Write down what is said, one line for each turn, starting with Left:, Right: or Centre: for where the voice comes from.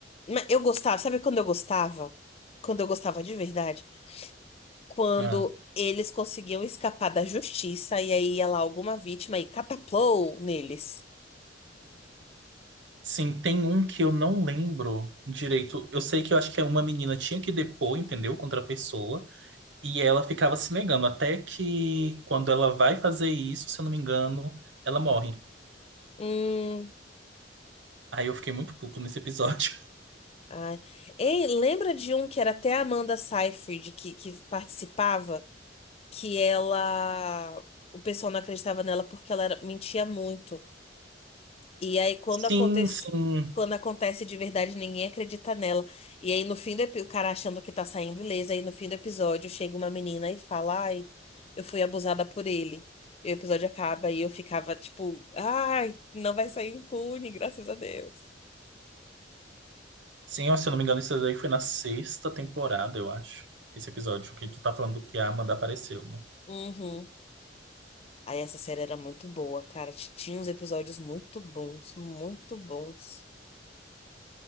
Left: Mas eu gostava, sabe quando eu gostava? Quando eu gostava de verdade? Quando
Right: Ah.
Left: eles conseguiam escapar da justiça e aí ia lá alguma vítima e cataplou neles.
Right: Sim, tem um que eu não lembro direito. Eu sei que eu acho que é uma menina tinha que depor, entendeu? Contra a pessoa. E ela ficava se negando, até que quando ela vai fazer isso, se eu não me engano, ela morre.
Left: Hum,
Right: Aí eu fiquei muito puto nesse episódio.
Left: ai. Ei, lembra de um que era até a Amanda Seyfried que, que participava? Que ela. O pessoal não acreditava nela porque ela era- mentia muito. E
Right: <laughs>
Left: aí, quando
Right: Sim,
Left: acontece,
Right: sim.
Left: quando acontece de verdade, ninguém acredita nela. E aí, no fim do episódio, o cara achando que tá saindo ilesa, aí no fim do episódio chega uma menina e fala: Ai, eu fui abusada por ele. E o episódio acaba e eu ficava tipo: Ai, não vai sair impune, graças a Deus.
Right: Sim, ó, se eu não me engano, isso daí foi na sexta temporada, eu acho. Esse episódio que tu tá falando que a Amanda apareceu, né?
Left: Uhum. Aí essa série era muito boa, cara. Ti- Tinha uns episódios muito bons, muito bons.